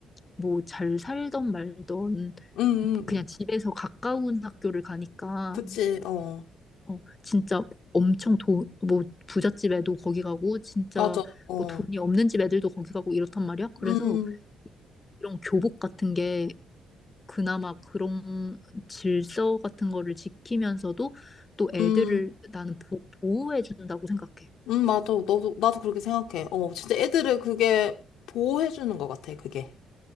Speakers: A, on the left (about 25°); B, on the left (about 80°).
A: 뭐 잘 살던 말던
B: 응,
A: 그냥
B: 응.
A: 집에서 가까운 학교를 가니까
B: 그치, 어.
A: 어, 진짜 엄청 돈, 뭐 부잣집 애도 거기 가고 진짜
B: 맞아, 어.
A: 뭐 돈이 없는 집 애들도 거기 가고 이렇단 말이야. 그래서
B: 음,
A: 이런 교복 같은 게 그나마 그런 질서 같은 거를 지키면서도 또 애들을
B: 음.
A: 나는 보, 호해준다고 생각해.
B: 음, 맞아. 너도, 나도 그렇게 생각해. 어, 진짜 애들을 그게 보호해주는 것 같아, 그게.